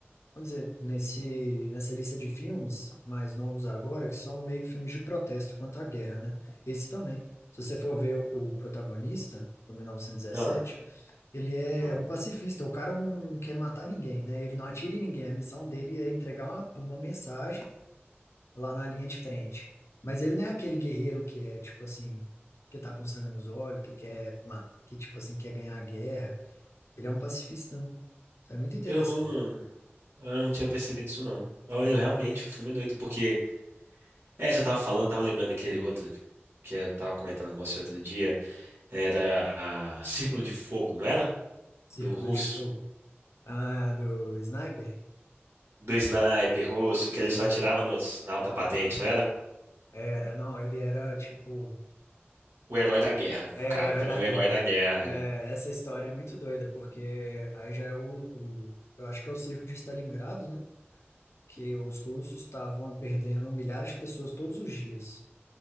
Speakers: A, on the left; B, on the right.
A: vamos dizer, nesse, nessa lista de filmes mais novos agora, que são meio que filmes de protesto contra a guerra, né? Esse também. Se você for ver o, o protagonista, do 1917,
B: Ah,
A: ele é
B: ah.
A: um pacifista. O cara não quer matar ninguém, né? Ele não atira em ninguém. A missão dele é entregar uma, uma mensagem lá na linha de frente. Mas ele não é aquele guerreiro que é, tipo assim, que tá com sangue nos olhos, que quer, ma- que, tipo assim, quer ganhar a guerra. Ele é um pacifista, né? Então é muito interessante.
B: Eu não. Eu não tinha percebido isso, não. Olha,
A: É.
B: realmente, o filme é doido, porque. É, você tava falando, tava lembrando daquele outro que eu tava comentando com você outro dia. Era a Círculo de Fogo, não era?
A: Círculo
B: Do russo.
A: de Fogo. Ah, do Sniper?
B: Do sniper russo, que ele só
A: Aham.
B: atirava nos, na alta patente, não era?
A: Era, não, ele era tipo.
B: O herói da guerra.
A: É,
B: O cara
A: o herói
B: virou
A: da
B: um
A: guerra.
B: herói da guerra.
A: É, essa história é muito doida, porque aí já é o, o. Eu acho que é o cerco de Stalingrado, né? Que os russos estavam perdendo milhares de pessoas todos os dias.